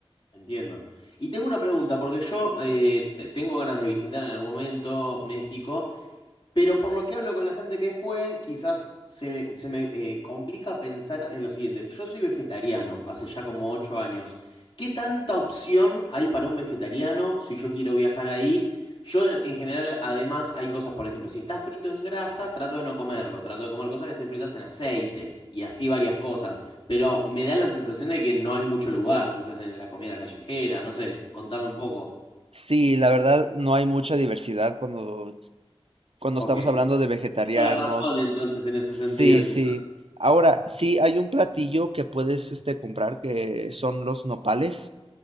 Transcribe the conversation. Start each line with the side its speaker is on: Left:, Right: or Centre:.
Left: entiendo. Y tengo una pregunta, porque yo eh, te- tengo ganas de visitar en algún momento México. Pero por lo que hablo con la gente que fue, quizás se me, se me, eh, complica pensar en lo siguiente. Yo soy vegetariano hace ya como ocho años. ¿Qué tanta opción hay para un vegetariano si yo quiero viajar ahí? Yo en, en general, además, hay cosas, por ejemplo, si está frito en grasa, trato de no comerlo, trato de comer cosas que estén fritas en aceite y así varias cosas. Pero me da la sensación de que no hay mucho lugar, quizás en la comida callejera, no sé, contame un poco.
Right: Sí, la verdad no hay mucha diversidad cuando, cuando
Left: Ok.
Right: estamos hablando de vegetarianos.
Left: Tengo la razón entonces en ese
Right: Sí,
Left: sentido, quizás.
Right: sí. Ahora, sí hay un platillo que puedes este, comprar que son los nopales.